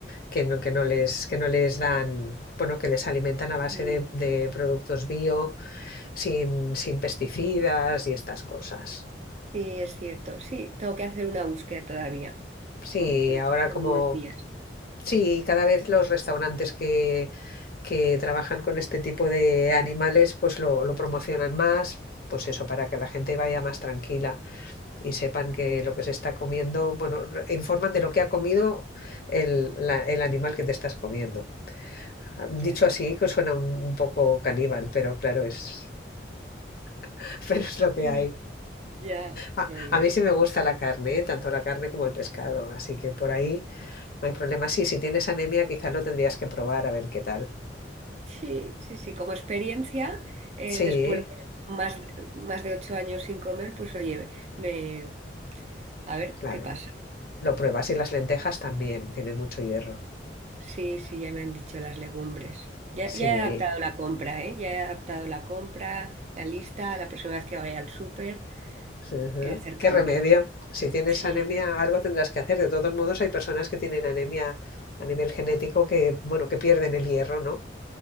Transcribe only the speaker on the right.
Sí.
Sí, es cierto. Sí, tengo que hacer una búsqueda todavía.
Bueno, tengo,
tengo
unos días.
Ya.
Sí.
Ya,
ya, ya.
Sí, sí, sí. Como experiencia, eh,
después de más, más de ocho años sin comer, pues oye, me, a ver
qué pasa.
Sí, sí, ya me han dicho las legumbres. Ya,
ya he adaptado la compra, ¿eh? Ya he adaptado la compra, la lista, la próxima vez que vaya al súper,
eh, hacer
cambios.
Sí,